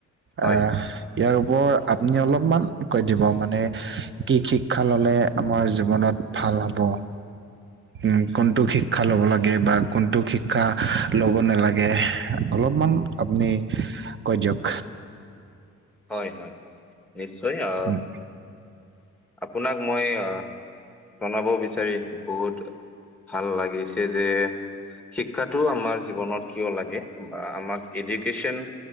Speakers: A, in the centre; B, on the right (about 40°).
A: হয়।
B: আহ ইয়াৰ ওপৰৰ আপুনি অলপমান কৈ দিব মানে কি শিক্ষা ল'লে আমাৰ জীৱনত ভাল হ'ব উম কোনটো শিক্ষা লব লাগে বা কোনটো শিক্ষা ল'ব নালাগে অলপমান আপুনি কৈ দিয়ক।
A: হয়-হয়-হয়, নিশ্চয় আ
B: উম,
A: আপোনাক মই আ জনাব বিচাৰি বহুত ভাল লাগিছে যে। শিক্ষাটো আমাৰ জীৱনত কিয় লাগে বা আমাক এডুকেচন